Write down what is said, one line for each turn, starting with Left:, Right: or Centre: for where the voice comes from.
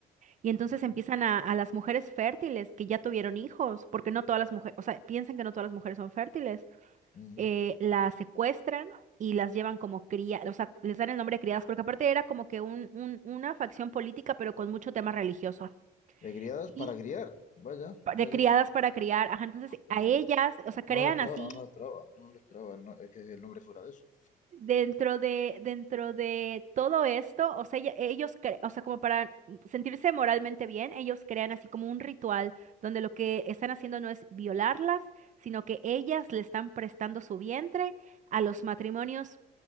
Right: Y entonces
Left: ujú,
Right: empiezan a, a las mujeres fértiles que ya tuvieron hijos, porque no todas las mujeres, o sea, piensan que no todas las mujeres son fértiles,
Left: ujú.
Right: eh, las secuestran y las llevan como cría, o sea, les dan el nombre de criadas, porque aparte era como que un, un- una facción política, pero con mucho tema religioso.
Left: De criadas
Right: Y
Left: para criar. Vaya,
Right: pa-
Left: vaya.
Right: de criadas para criar, ajá, entonces
Left: No
Right: a ellas, o sea, crean
Left: no lo esperaba,
Right: así
Left: no lo esperaba. No lo esperaba. el no- es que el nombre fuera de eso.
Right: Dentro de, dentro de todo esto, o sea, ella- ellos, cre- o sea, como para sentirse moralmente bien, ellos crean así como un ritual donde lo que están haciendo no es violarlas, sino que ellas le están prestando su vientre a los matrimonios